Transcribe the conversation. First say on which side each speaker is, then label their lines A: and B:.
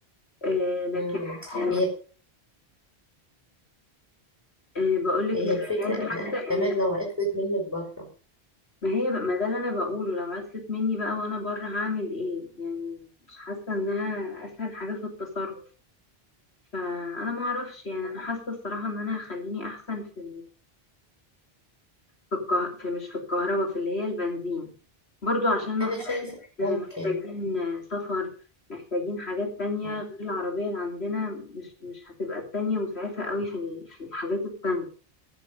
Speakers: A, on the left; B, on the right.
A: آه، لكن
B: امم
A: آه،
B: هي
A: آه، بقولك
B: هي
A: لكن
B: الفكره
A: يعني حاسة
B: انها كمان
A: ان
B: لو عطلت منك بره
A: ما هي بقى- ما ده اللي انا بقوله لو عطلت مني بقى وانا بره هعمل ايه يعني مش حاسة انها اسهل حاجة في التصرف فانا ما اعرفش يعني انا حاسة الصراحة ان انا هخليني احسن في في الكه... في مش في الكهرباء في اللي هي البنزين برضو عشان نفترض
B: انا شايفه
A: محتاجين
B: ممكن
A: سفر محتاجين حاجات تانية
B: آه.
A: غير العربية اللي عندنا مش مش هتبقى التانية مسعفة قوي في ال- في الحاجات التانية